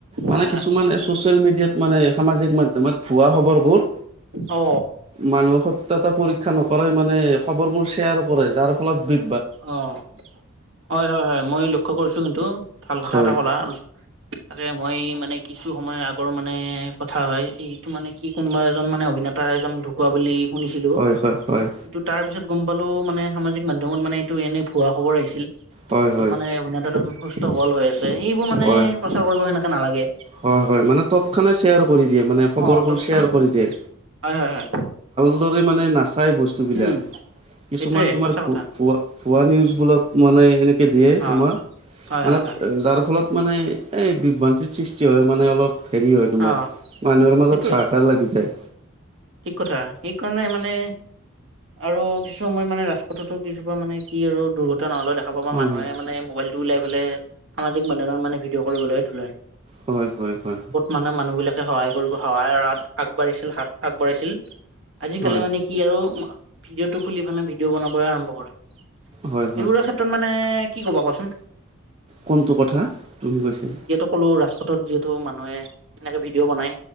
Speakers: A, on the right; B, on the right.
A: মানে
B: হয় হয়
A: কিছুমান এই চচিয়েল মিডিয়াত মানে সামাজিক মাধ্যমত ভুৱা খবৰবোৰ।
B: অ।
A: মানুহক সত্যতা পৰীক্ষা নকৰে মানে খবৰবোৰ শ্বেয়াৰ কৰে যাৰ ফলত বৃ
B: অঁ, হয় হয় হয় মই লক্ষ্য কৰিছো কিন্তু, ভাল কথা
A: হয়
B: এটা ক'লা। তাকে মই মানে কিছু সময় আগৰ মানে কথা হয় এইটো মানে কি কোনবাৰ এজন মানে অভিনেতা এজন ঢুকোৱা বুলি শুনিছিলো,
A: হয় হয় হয়
B: কিন্তু তাৰপিছত গ'ম পালো মানে সামাজিক মাধ্যমত মানে এইটো এনেই ভুৱা খবৰ আহিছিল। ত'ত
A: হয় হয়
B: মানে অভিনেতাজন সুস্থ হব'ল হৈ আছে, সেইবোৰ মানে
A: হয়
B: খৰচা কৰিব সেনেকে নালাগে।
A: হয় হয়, মানে তৎক্ষণাতেই শ্বেয়াৰ কৰি দিয়ে মানে খবৰবোৰ
B: অ তৎক্ষণাত
A: শ্বেয়াৰ কৰি দিয়ে।
B: হয় হয় হয়।
A: চবৰে মানে নাচায় বস্তুবিলাক।
B: উম
A: কিছুমান
B: সেইটোয়ে
A: তোমাৰ
B: সঁচা
A: ভো
B: কথা
A: ভুৱা ভুৱা নিউজ বিলাক মানে সেনেকে দিয়ে
B: অ
A: তোমাৰ।
B: হয়
A: মানে
B: হয় হয়
A: যাৰ ফলত মানে এই বিভ্ৰান্তিত সৃষ্টি হয় মানে অলপ। হেৰি হয় তোমাৰ,
B: অ
A: মানুহৰ মাজত
B: সেইটোয়ে
A: হাহাকাৰ লাগি যায়।
B: ঠিক কথা, সেইকাৰণে মানে। আৰু কিছুমান মানে ৰাস্তাটোত কিছুমান মানে কি হৈ গ'ল দুৰ্ঘটনা নহ'লে দে খাব বা
A: হয়
B: মানুহে মানে মোবাইলটো ওলাই পেলাই, সাজিক মাধ্যমত মানে ভিডিঅ কৰিবলৈ তুলে।
A: হয় হয় হয়।
B: মানে মানুহ বিলাকে সহায় কৰিব সহায়ৰ হাত, আগবাঢ়িছিল হাত আগবঢ়ছিল, আজিকালি
A: হয়
B: মানে কি আৰু ভিডিঅটো খুলি পানে ভিডিঅ' বনাবলৈ আৰম্ভ কৰে,
A: হয়
B: সেইবোৰ
A: হয়
B: আশাত ক্ষেত্ৰত মানে কি ক'বা কোৱাচোন?
A: কোনটো কথা, বুজি পাইছোঁ।
B: সকলো ৰাজপথত যিহেতু মানুহে এনেকে ভিডিঅ' বনাই।